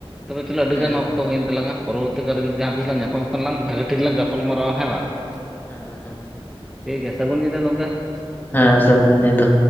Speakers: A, in the centre; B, on the left (about 20°).
A: ᱛᱚᱵᱮ ᱪᱚᱞᱚ ᱟᱹᱰᱤ
B: ᱦᱮᱸ
A: ᱜᱟᱱ ᱚᱠᱛᱚ ᱦᱩᱭᱮᱱ ᱛᱞᱟᱝ-ᱟ, ᱯᱚᱨᱵᱚᱨᱛᱤ ᱠᱟᱞ ᱨᱮ ᱡᱩᱤ ᱡᱟᱦᱟᱸ ᱛᱤᱥᱟᱞᱟᱝ ᱧᱟᱯᱟᱢ ᱠᱷᱟᱱᱞᱟᱝ ᱵᱷᱟᱹᱜᱤ ᱴᱷᱤᱠ ᱞᱟᱝ ᱜᱟᱯᱟᱞ ᱢᱟᱨᱟᱣᱟ ᱦᱮᱸ ᱵᱟᱝ᱾ <inaudible>
B: ᱦᱮᱸ ᱦᱮᱸ
A: ᱴᱷᱤᱠ ᱜᱮᱭᱟ ᱥᱟᱹᱜᱩᱱ ᱧᱤᱫᱟᱹ ᱜᱚᱝᱠᱮ ᱾
B: ᱦᱮᱸ ᱥᱟᱜᱩᱱ ᱧᱤᱫᱟᱹ